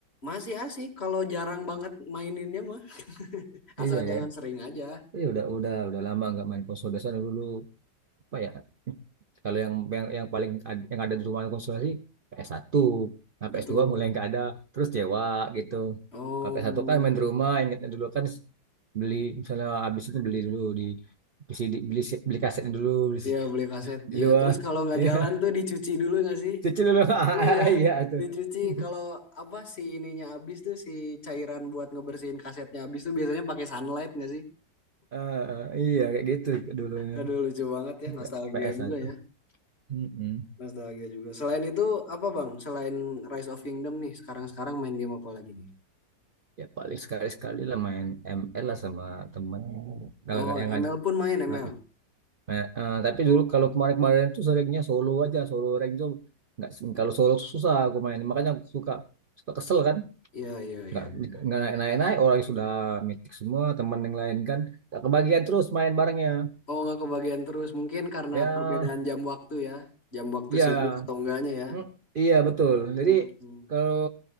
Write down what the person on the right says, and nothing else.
Iya
ya.
Iya udah udah udah lama nggak main konsol biasanya dulu apa ya kalau yang yang, yang paling ad- yang ada di rumah konsultasi ps satu nah
ps dua mulai nggak ada terus sewa gitu
kalau PS1 kan main di rumah ingatnya dulu kan s- beli misalnya habis itu beli dulu di PC di- beli si- beli kasetnya dulu beli
si-
di
luar
<laughs>
iya
cuci dulu <laughs> ah
iya itu
<laughs>
Ah, iya kayak gitu dulunya
P- ps
satu
Mm-mm.
ya paling sekali-sekali lah main ML lah sama temen kalau
nggak yang ngajak
eh, Nah, eh, tapi
dulu kalau kemarin-kemarin tuh seringnya solo aja, solo rank tuh nggak kalau solo tuh susah aku main. Makanya aku suka suka kesel kan,
nggak
nggak naik-naik orang yang sudah mitik semua teman yang lain kan, nggak kebagian terus main barengnya.
Ya,
iya,
Mm, iya betul. Jadi
kalau